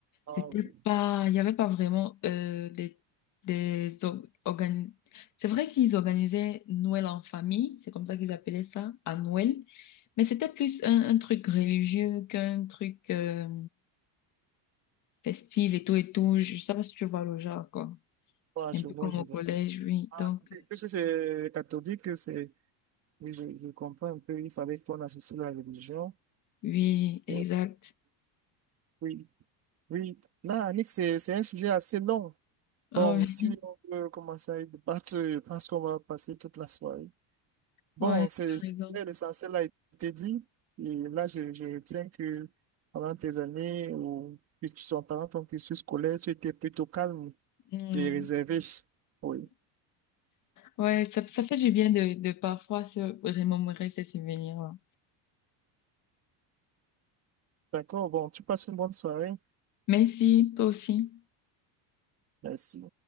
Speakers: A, on the right; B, on the left.
A: Ah
B: c'était
A: oui.
B: pas, il y avait pas vraiment euh, des des organi- C'est vrai qu'ils organisaient Noël en famille, c'est comme ça qu'ils appelaient ça, à Noël, mais c'était plus un, un truc religieux qu'un truc euh, festif et tout et tout. Je sais pas si tu vois le genre quoi.
A: Ah,
B: Un
A: je
B: peu
A: vois,
B: comme
A: je
B: au
A: vois.
B: collège, oui.
A: Ah,
B: Donc
A: que si c'est catholique, c'est... Oui, je, je comprends un peu, il fallait qu'on associe la religion.
B: Oui,
A: Et-
B: exact.
A: Oui, oui. Là, Annick, c'est, c'est un sujet assez long.
B: Ah
A: Bon,
B: oui,
A: si on veut commencer à y débattre, je pense qu'on va passer toute la soirée. Bon,
B: ouais,
A: c'est
B: tu as
A: c'est-
B: raison.
A: l'essentiel a été dit. Et là, je, je retiens que pendant tes années ou que tu sois pendant ton cursus scolaire, tu étais plutôt calme
B: Mm.
A: et réservé. Oui.
B: Ouais, ça, ça fait du bien de, de parfois se remémorer ces souvenirs-là.
A: D'accord. Bon, tu passes une bonne soirée.
B: Merci, toi aussi.
A: Merci.